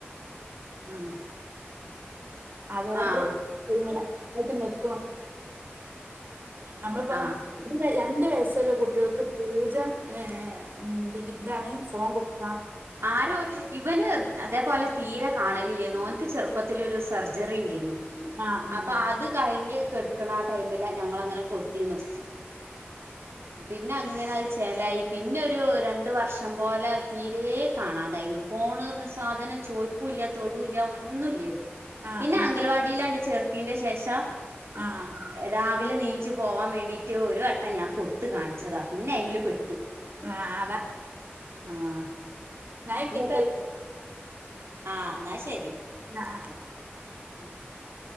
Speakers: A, on the right; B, on the right.
A: ഉം
B: അതൊണ്ട്
A: ആഹ്
B: നുംടു നിക്കു നമ്മളിപ്പോ
A: ആഹ്
B: <unintelligible> രണ്ട് വയസ്സുള്ള കുട്ടികൾക്ക് പൂജ ഏഹ് ഉം ഡിഗന്റൊണ് ഫോം കൊടുക്കുക
A: ആരോ ഇവന് അതേപോലെ തീരെ കാണലില്ലേന്നു. ഓൻക്ക് ചെറുപ്പത്തിലൊരു സെർ ജെറി ണ്ടേയ്ന്നു.
B: ആഹ്
A: അപ്പ
B: ആഹ്
A: അത് കഴിഞ്ഞ്‌ കെട്ക്ക്ണ ആ ടൈമിലാ ഞങ്ങള്ങ്ങനെ കൊട്ത്തീന്നു. പിന്നെ അങ്ങനെ അത് ചേലായി. പിന്നൊരു രണ്ട് വർഷം ഇഷ്ടം പോലെ തീരെ. കാണാതായിന്നു. ഫോണ്റ്ഞ്ഞ സാധനം ചോയിക്കൂല്ല, തൊടൂല്ല, ഒന്നുല്ല യിരുന്നു.
B: ആഹ്
A: പിന്നെ,
B: ആഹ്
A: അങ്കൻവാടിയിലാണ്ട്. ചേർത്തിന്റെ ശേഷം.
B: ആഹ് ആഹ്
A: രാവിലെ നീ ഇച്ച് പോവാ വേണ്ടിയിട്ട്. ഒരു. ഞാൻ കൊടുത്ത കാണിച്ചതാ പിന്നെ ഐമില് പെട്ട്
B: ആഹ്
A: ആഹ്.
B: ഇന്നാ അയി ക്കോട്ടെ.
A: ഇനിപ്പ ആഹ്, ന്നാ ശരി.
B: ആഹ്.
A: <inaudible>